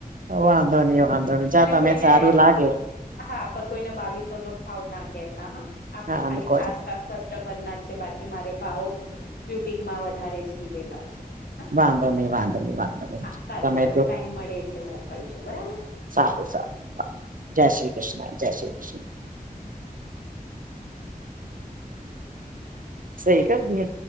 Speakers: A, on the right; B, on the left.
A: વાંધોની વાંધોની જા
B: અને
A: તમે
B: કોઈને
A: સારું લાગે.
B: હા પર કોઈને બાવીસોનો ભાવ ના કેતા હા આપણે
A: હા
B: ખાલી
A: કોઈ
B: ખાસ ખાસ. રબરના છે બાકી મારે ભાવો બ્યુટિકમાં વધારે જ કીધેલા છે. હેના
A: વાંધો નઈ વાંધો નઈ વાંધો ની
B: હા સારું
A: તમે
B: ચલો
A: જો
B: ટાઈમ મળે એટલે મોકલજો બરાબર
A: સારું સારું. જય શ્રી કૃષ્ણ જય શ્રી કૃષ્ણ. સઈ કર દીયે.